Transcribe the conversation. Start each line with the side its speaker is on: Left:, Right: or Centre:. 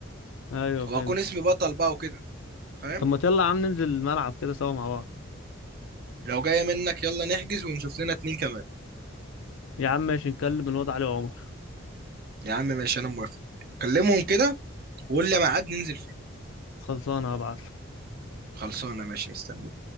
Left: ايوه فهمت
Right: وهكون اسمي بطل بقى وكده فاهم
Left: طب ما يلا يا عم ننزل الملعب كده سوا مع بعض
Right: لو جايه منك يلا نحجز ونشوف لنا اتنين كمان
Left: يا عم ماشي نكلم الواد علي وعمر
Right: يا عم ماشي انا موافق كلمهم كده وقول لي ميعاد ننزل
Left: خلصانه هبعت
Right: خلصانه ماشي مستني